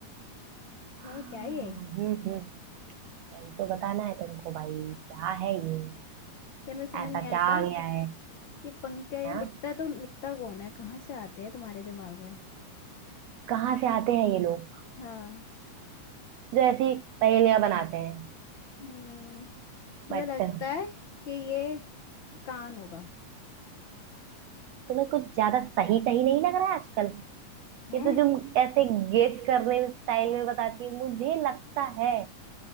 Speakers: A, on the right; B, on the left.
A: हाँ,
B: है क्या ये
A: हम्म हम्म वही तो बताना है तुमको भाई क्या है ये
B: ये मुझे समझ
A: ऐसा
B: नहीं आता
A: क्या आ गया है
B: ये पंक्तियां ये
A: हाँ
B: लिखता तो लिखता कौन है कहाँ से आते हैं तुम्हारे दिमाग में
A: कहाँ से आते हैं ये लोग
B: हाँ
A: जो ऐसी पहेलियां बनाते हैं
B: हम्म मुझे
A: बट
B: लगता है कि ये कान होगा
A: तुम्हें कुछ ज्यादा सही सही नहीं लग रहा है आजकल
B: है
A: ये तो तुम ऐसे गेस करने में स्टाइल में बताती हो मुझे लगता है